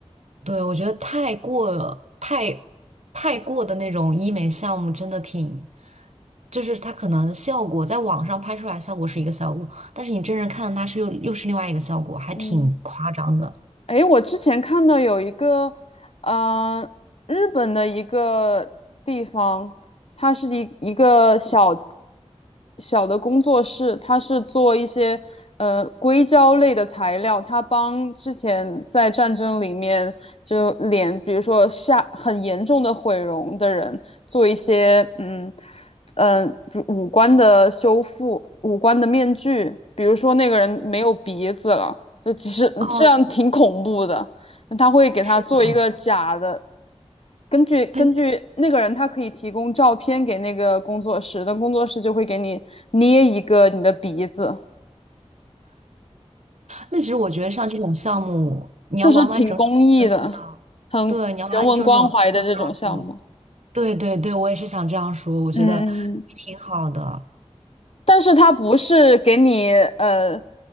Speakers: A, on the right (about 75°); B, on the left (about 60°).
A: 对，我觉得太过太太过的那种医美项目真的挺，就是它可能效果在网上拍出来效果是一个效果，但是你真人看它是又又是另外一个效果，还挺夸张的。
B: 嗯。诶，我之前看到有一个，嗯、日本的一个地方，它是一一个小小的工作室，它是做一些呃硅胶类的材料，它帮之前在战争里面就脸，比如说下很严重的毁容的人做一些嗯嗯、呃比如五官的修复，五官的面具，比如说那个人没有鼻子了。就只是这样挺恐怖的。
A: 哦，
B: 他会给他做一个假的，
A: 是的，
B: 根据根据那个人，
A: 哎，
B: 他可以提供照片给那个工作室，那工作室就会给你捏一个你的鼻子，
A: 那其实我觉得像这种项目，你要完完整整地恢复到，
B: 就是挺公益的，很人文关怀的这种项目。
A: 对，你要完完整整的恢复到，对对对，我也是想这样说，我觉得
B: 嗯，嗯嗯
A: 挺好的。
B: 但是他不是给你呃